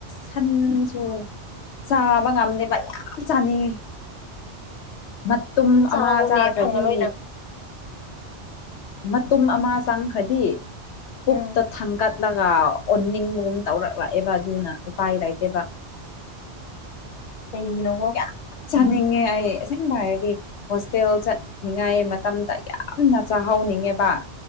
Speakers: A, on the left; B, on the left.
A: ꯁꯟꯁꯨ ꯆꯥꯕ ꯉꯝꯗꯦꯕ ꯌꯥꯝ ꯆꯥꯅꯤꯡꯉꯦ ꯃꯇꯨꯝ
B: ꯆꯥꯍꯧꯅꯦ
A: ꯑꯃ ꯆꯥꯈꯔꯗꯤ
B: ꯐꯪꯉꯔꯣꯏ ꯅꯪ
A: ꯃꯇꯨꯝ ꯑꯃ ꯆꯪꯈ꯭ꯔꯗꯤ ꯄꯨꯛꯇ
B: ꯎꯝ
A: ꯊꯡꯒꯠ ꯂꯒ ꯑꯣꯟꯅꯤꯡꯕꯒꯨꯝ ꯇꯧꯔꯛꯂꯛꯑꯦꯕ ꯑꯗꯨꯅ ꯎꯄꯥꯏ ꯂꯩꯇꯦꯕ <inaudible>
B: ꯀꯩꯒꯤꯅꯣ
A: ꯌꯥꯝ ꯆꯥꯅꯤꯡꯉꯦ ꯑꯩ ꯑꯁꯦꯡꯕ ꯍꯥꯏꯔꯗꯤ ꯍꯣꯁꯇꯦꯜ ꯆꯠꯅꯤꯡꯉꯥꯏ ꯃꯇꯝꯗ ꯌꯥꯝꯅ ꯆꯥꯍꯧ ꯅꯤꯡꯉꯦꯕ